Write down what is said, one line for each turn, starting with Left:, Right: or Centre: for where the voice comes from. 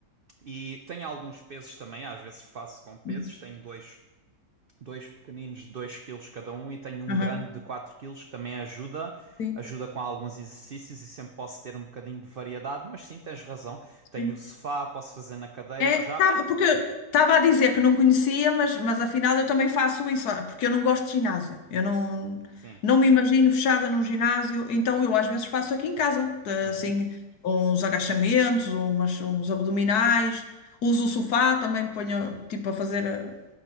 Right: E tenho alguns pesos também, às vezes faço com pesos.
Left: Uhum.
Right: Tenho dois, dois pequeninos de 2 quilos cada um e tenho um
Left: Aham.
Right: grande de 4 quilos que também ajuda,
Left: Sim,
Right: ajuda com alguns exercícios e sempre posso ter um bocadinho de variedade, mas sim, tens razão. Tenho
Left: sim.
Right: o sofá, posso fazer na cadeira,
Left: É,
Right: já.
Left: tava- porque estava a dizer que não conhecia, mas, mas afinal eu também faço isso, ah, porque eu não gosto de ginásio. Eu não,
Right: Sim,
Left: não me imagino fechada num ginásio, então eu às vezes faço aqui em casa, eh,
Right: uhum.
Left: assim, uns agachamentos, umas, uns abdominais, uso o sofá, também ponho tipo a fazer eh,